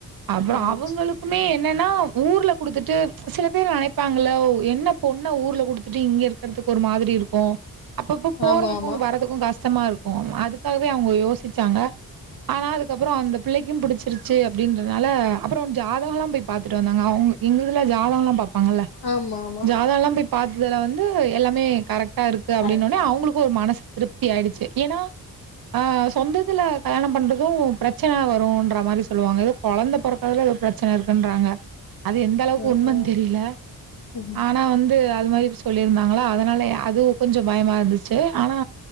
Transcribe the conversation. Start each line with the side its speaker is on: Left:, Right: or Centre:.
Right: அப்பறோ
Left: ம்
Right: அவங்களு குமே என்னன்னா ஊர்ல குடுத்துட்டு சில பேர் நெனைப் பாங்கள்ள என்ன பொண்ண ஊர்ல குடுத்துட்டு இங்க இருக்கறதுக்கு ஒரு மாதிரி இருக்கு அப்பப்ப போறதுக்கு
Left: ஆமா ஆமா
Right: வர்றதுக்கு கஷ்டமா இருக்கு அதுக்காவே அவுங்க யோசிச்சாங்க ஆனா அதுக்கப்பறோ அந்த பிள்ளைய்கும் புடுச்சுருச்சு அப்டின்றனால அப்பறோ ஜாதகோல்லா போய் பாத்துட்டு வந்தாங்க அவுங்க எங்க இதுல ஜாதகோல்லா பாப்பாங்கல்ல
Left: ஆமா ஆமா
Right: ஜாதகோல்லா போய் பாத்ததுல வந்து எல்லாமே கரெக்டா இருக்கு அப்டினோனே
Left: கரெக்டா
Right: அவுங்களுக்கு ஒரு மனசு திருப்தி ஆயிடுச்சு ஏனா ஆ சொந்தத்துல கல்யாணோ பண்றது பிரச்சன வருன்ற மாரி சொல்லுவாங்க ஏதோ கொழந்த பெறக்கறதுல எதோ பிரச்சன இருக் குன்றாங்க அது எந்த அளவுக்கு
Left: ம்
Right: உண்மன் தெரில
Left: ம்
Right: ஆனா வந்து அது மாரி சொல்லிருந்தாங்களா அதனால அதுவு கொஞ்சொ பயமா இருந்துச்சு ஆனா